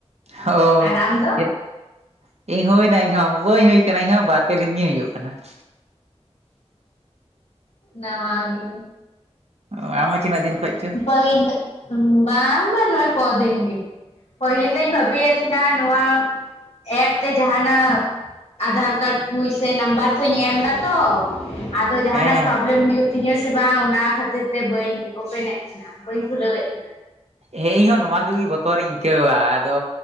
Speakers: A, on the right (about 70°); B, on the left (about 70°).
A: ᱚᱻ
B: ᱟᱨ ᱟᱢ ᱫᱚ
A: ᱪᱮᱫ? ᱤᱧ ᱦᱩᱭᱱᱟ ᱤᱧᱦᱚ ᱵᱟᱹᱧ ᱦᱩᱭ ᱟᱠᱟᱱᱟ ᱤᱧᱦᱚ ᱵᱟᱨᱯᱮ ᱫᱤᱱ ᱜᱮᱧ ᱦᱩᱭᱩᱜ ᱠᱟᱱᱟ ᱾
B: ᱱᱟᱣᱟ ᱜᱤ᱾
A: ᱚᱻ ᱟᱢ ᱦᱚᱸ ᱛᱤᱱᱟᱹᱜ ᱫᱤᱱ ᱠᱷᱚᱱ ᱪᱚ?
B: <inaudible> ᱵᱟᱝ ᱵᱟᱝ ᱱᱚᱜᱚᱭ ᱠᱚ ᱫᱤᱱ ᱜᱮ᱾ ᱯᱟᱹᱦᱤᱞ ᱫᱚᱧ ᱵᱷᱟᱹᱵᱤᱭᱮᱫ ᱛᱟᱦᱮᱸᱱᱟ ᱱᱚᱣᱟ, ᱮᱯ ᱛᱮ ᱡᱟᱦᱟᱸᱱᱟᱜ ᱟᱫᱷᱟᱨ ᱠᱟᱨᱰ ᱠᱩ ᱥᱮ ᱱᱟᱢᱵᱟᱨ ᱠᱚᱧ ᱮᱢ ᱫᱟᱛᱚ ᱛᱚ ᱡᱟᱦᱟᱸᱱᱟᱜ
A: ᱦᱮᱸ
B: ᱯᱨᱚᱵᱞᱮᱢ ᱦᱩᱭᱩᱜᱭ ᱛᱤᱧᱟᱹ ᱥᱮ ᱵᱟᱝ ᱚᱱᱟ ᱠᱷᱟᱹᱛᱤᱨ ᱛᱮ ᱵᱟᱹᱧ ᱳᱯᱮᱱᱮᱫ <inaudible> ᱵᱟᱹᱧ ᱠᱷᱩᱞᱟᱹᱣᱮᱫ ᱛᱟᱦᱮᱱᱟ᱾
A: ᱦᱮᱸ ᱤᱧᱦᱚᱸ ᱱᱚᱣᱟ ᱠᱚᱜᱮ ᱵᱚᱛᱚᱨᱤᱧ ᱟᱹᱭᱠᱟᱹᱣᱟ᱾ ᱟᱫᱚ